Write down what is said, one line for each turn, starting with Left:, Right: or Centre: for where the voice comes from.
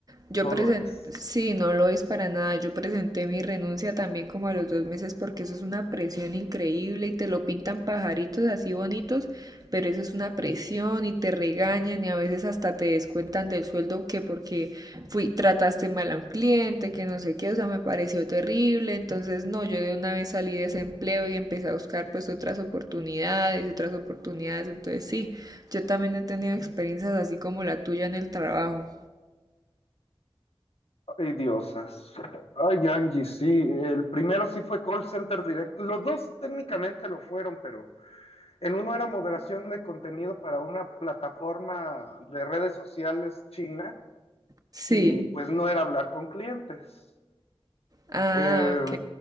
Right: Yo
Left: no
Right: presenté,
Left: lo es.
Right: sí, no lo es para nada. Yo presenté mi renuncia también como a los dos meses porque eso es una presión increíble y te lo pintan pajaritos así bonitos, pero eso es una presión y te regañan y a veces hasta te descuentan del sueldo que porque fui, trataste mal a un cliente, que no sé qué, o sea, me pareció terrible. Entonces, no, yo de una vez salí de ese empleo y empecé a buscar pues otras oportunidades, otras oportunidades. Entonces, sí, yo también he tenido experiencias así como la tuya en el trabajo.
Left: Ay, diosas. Ay, Angie, sí. El primero sí fue call center directo. Los dos técnicamente lo fueron, pero en uno era moderación de contenido para una plataforma de redes sociales china
Right: Sí.
Left: y pues no era hablar con clientes.
Right: Ah,
Left: eh,
Right: ok.